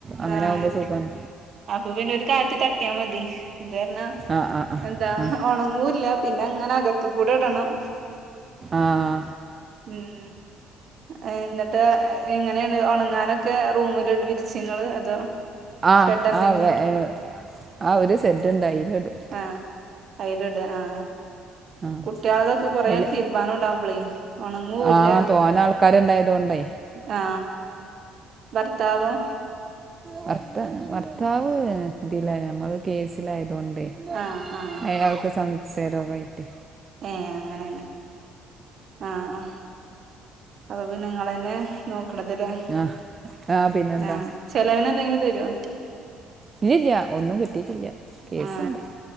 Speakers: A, on the right; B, on the right.
A: അങ്ങനെ
B: ആഹ്
A: ആകുമ്പോ സുകാണ്.
B: അപ്പൊ പിന്നെ ഒരു കാറ്റ് തട്ടിയാ മതി ഇതർഞ്ഞാ
A: ആ ആ ആ
B: എന്താ ഉണങ്ങൂല്ല പിന്നെ അങ്ങനെ അകത്തു കൂടെ ഇടണം.
A: ആഹ
B: ഉം. എന്നിട്ട്, എങ്ങനെയാണ് ഉണങ്ങാനൊക്കെ റൂമിൽ വിരിച്ചേങ്ങള് അതോ
A: ആ
B: ഷെഡ് എന്തെങ്കിലും
A: ആ വെ-
B: ഉണ്ടോ?
A: ഏ, ആ ഒരു സെഡ് ഉണ്ട് അതിലിടും
B: ആ അയല്ടാ ആ..
A: ആ
B: കുട്ടികളുടെ തൊക്കെ കൊറേ
A: അതിൽ
B: തീരുമ്പാൻ ഉണ്ടാവകുമ്പളേ ഉണങ്ങൂല്ല
A: ആ തോന ആൾക്കാരുണ്ടായത് കൊണ്ടേ
B: ആ.. വർത്താവോ?
A: ഭർത്ത ഭർത്താവ് തില്ല ഞമ്മള് കേസിലായതോണ്ട്.
B: ആഹ് ആഹ്
A: അയാൾക്ക് സംസയരോഗായിട്ട്
B: ഏ അങ്ങനെയാണ് ആഹാ അപ്പൊപിന്നെ നിങ്ങള് തന്നെ നോക്കണത് ലേ
A: ആഹ് ആഹ് പിന്നെന്താ
B: ആ, ചെലവന് എന്തെങ്കിലും തരോ?
A: ഇല്ലല്ലി ഒന്നും കിട്ടിയിട്ടില്ല കേസുണ്ട്.
B: ആ